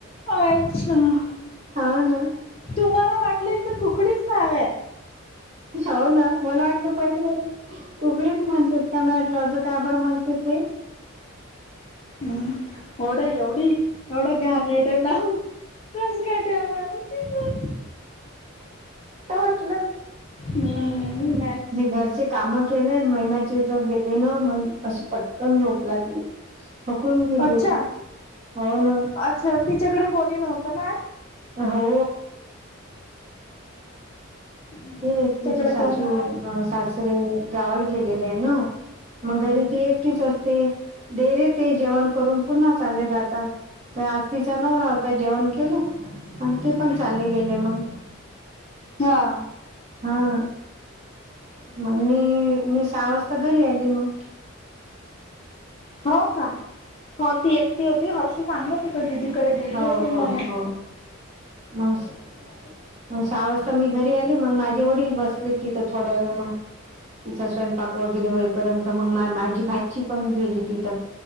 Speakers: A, on the left; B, on the right.
A: अच्छा.
B: हा ना
A: तुम्हाला वाटलं हिच कुकडीच नाव आहे
B: हो ना मला वाटलं पहिली कुकडीच म्हणतात का म्हटलं असं का बरं म्हणत ते
A: हम्म ओढ एवढी एवढं घाणेरडं नाव कसं काय ठेवलं तीचं
B: <unintelligible>
A: हम
B: मी घरचे काम केले महिमाच्या <inaudible> अशी पटकन झोप लागली थकून गेली
A: अच्छा
B: होती हो ना
A: अच्छा तिच्याकडे कोणी नव्हतं ना
B: हो
A: हम्म,
B: ते
A: तिच्याकडे
B: त्याची सासू
A: कोण हा
B: सासरे गावाला गेलेले आहे ना मग घरी ती एकटीच असते ते <inaudible> ते जेवण करून पुन्हा चालले जातात तर आज तिचा नवरा जेवण केलं आणि ते पण चालले गेले मग
A: हा
B: हा मग मी मी सहा वाजता घरी आली मग
A: हो का हो ती एकटी होती हर्षू सांगत होता दिदीकडे गेली
B: हो
A: असेल
B: हो
A: म्हणून
B: हो <unintelligible> मग सहा वाजता मी घरी आली मग माझे वडील बसले तिथं थोड्या वेळ मग तिचा स्वयंपाक वगैरे होईपर्यंत मग माझी भाची पण गेली तिथं